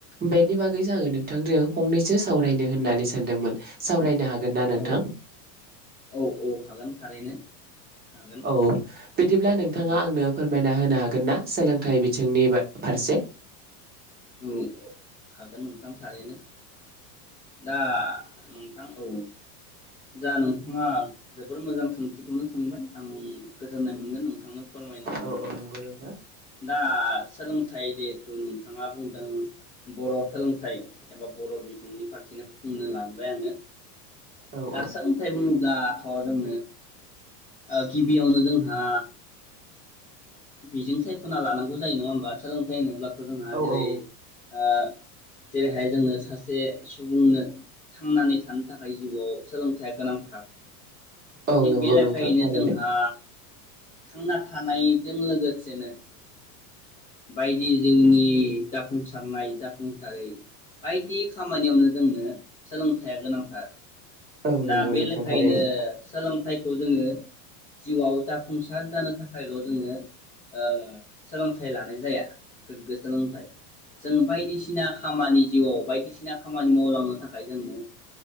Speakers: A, on the right (about 20°); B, on the left (about 20°).
A: बेनि बागैसो आङो नोंथांजों फंनैसो सावरायनो होननानै सान सानदोंमोन सावरायनो हागोन ना नोंथां?
B: औ औ औ हागोन थारैनो हागोन
A: औ बिदिब्ला नोंथाङा
B: औ
A: आंनो फोरमाय ना होनो हागोन ना सोलोंथाइ बिथिंनि फारसे
B: औ हागोन नोंथां थारैनो दा नोंथां औ जा नोंथाङा जोबोर मोजां सोंथिखौनो सोंबाय आं गोजोननाय मोनगोन नोंथांनो फोरमायनो मोननानै
A: औ नंगौ नोंथां
B: दा सोलोंथाइ उम बिथाङा बुंदों बर' सोलोंथाइ एबा बर' बिजोंनि फारसेनो बुंनो लांबाय आङो
A: औ औ
B: दा सोलोंथाय बुङोब्लाथ' जों ओ गिबियावनो जोंहा बिजों सायख' खना लानांगौ जायो नङा होमबा सोलोंथाइ होनोब्लाथ जोंहा जेरै
A: नंगौ नोंथां औ औ
B: ओ जेरैहाय जोंनो सासे सुबुंनो थांनानै थानो थाखाय जिउआव सोलोंथाइ गोनां थार
A: औ
B: थिग
A: औ नंगौ
B: बे लेखायैनो
A: नोंथां थारैनो।
B: जोंहा थांना थानायजों लोगोसेनो बायदि जिउनि जाफुंसारनाय जाफुंसारै बायदि खामानियावनो जोंनो सोलोंथाइया गोनांथार
A: औ नंगौ
B: दा बे
A: नोंथां
B: लेखायैनो
A: थारैनो
B: सोलोंथाइ जोङो जिउआव जाफुंसार जानो थाखायल' जोङो ओ सोलों सोलोंथाइ लानाय जाया गोग्गो सोलोंथाइ जों बायदिसिना खामानि जिउआव बायदिसिना खामानि मावलांनो थाखाय जोंनो